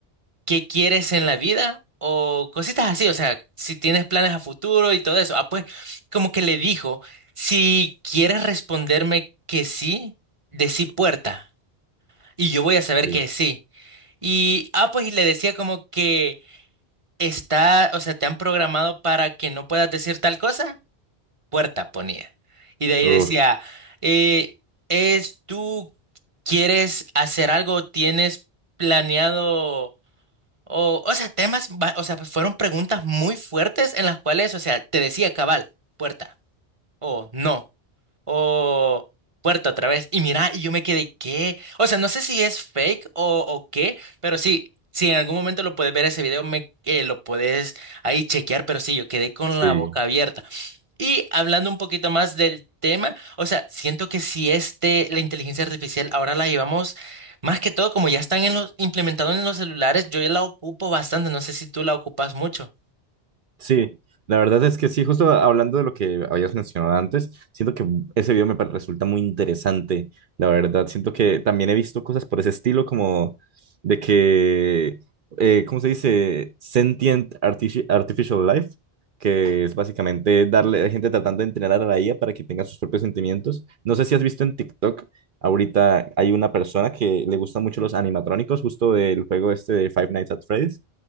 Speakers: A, on the right; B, on the right.
A: qué quieres en la vida o cositas así, o sea, si tienes planes a futuro y todo eso. Ah, pues como que le dijo, si quieres responderme que sí, decí puerta y yo voy a saber
B: Sí.
A: que sí. Y, ah, pues y le decía como que está, o sea, te han programado para que no puedas decir tal cosa, puerta ponía. Y de ahí
B: Uf,
A: decía, eh, es tú, ¿quieres hacer algo? ¿Tienes planeado? O, o sea, temas, ba- o sea, pues, fueron preguntas muy fuertes en las cuales, o sea, te decía cabal, puerta, o no, o puerta otra vez, y mira, y yo me quedé, ¿qué? O sea, no sé si es fake o, o qué, pero sí, si en algún momento lo puedes ver ese video, me, eh, lo puedes ahí chequear, pero sí, yo quedé con
B: sí.
A: la boca abierta. Y hablando un poquito más del tema, o sea, siento que si este, la inteligencia artificial ahora la llevamos más que todo, como ya están en los, implementados en los celulares, yo ya la ocupo bastante, no sé si tú la ocupas mucho.
B: Sí, la verdad es que sí, justo hablando de lo que habías mencionado antes, siento que ese video me pa- resulta muy interesante, la verdad. Siento que también he visto cosas por ese estilo, como de que, eh, ¿cómo se dice? Sentient artifi- Artificial Life, que es básicamente darle a gente tratando de entrenar a la IA para que tenga sus propios sentimientos. No sé si has visto en TikTok Ahorita hay una persona que le gustan mucho los animatrónicos, justo del juego este de Five Nights at Freddy's.